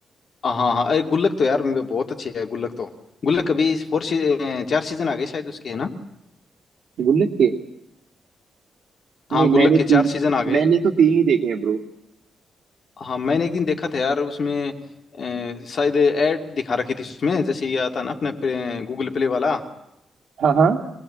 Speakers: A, on the left; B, on the right.
A: हाँ हाँ अरे गुल्लक तो यार मेरे बहुत अच्छी है गुल्लक तो गुल्लक अभी फोर सी, चार सीजन आ गए शायद उसके है ना
B: गुल्लक के नहीं
A: हाँ गुल्लक
B: मैंने
A: के चार
B: तीन
A: सीजन आ गए
B: मैंने तो तीन ही देखे हैं ब्रो
A: हाँ मैंने एक दिन देखा था यार उसमें अ, शायद ऐड दिखा रखी थी उसमें जैसे ये आता ना अपने गूगल प्ले वाला
B: हाँ हाँ